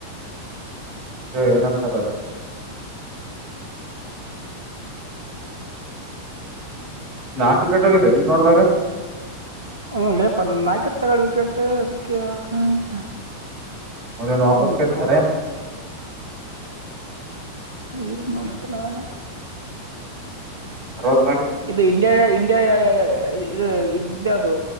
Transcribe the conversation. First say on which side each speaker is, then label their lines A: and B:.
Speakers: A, on the right; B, on the right.
A: ಅೇ ಏನಂತಾರ ನಾಲ್ಕು ವಿಕೆಟ್ ಹೋಗಿದೆ ನೀವ ನೋಡ್ರಾಗ
B: ಹಲ್ಲೇ ಪ ನಾಲ್ಕು ತಗಳ ವಿಕೆಟ್ ಅದಕ್ಕೆ ಯಾಕ ಅಂತ
A: ಮನು ವಾಪಸ್
B: ಈಗ
A: ಕತರ
B: ನೋಡ ಏನ್ ನೋಡತ್ೆ ನಗ
A: ಹತ್
B: ಇದು ಇಂಡ ಇಂಡ ಇದು ಿದ್ದ್ಯಾ ಅದು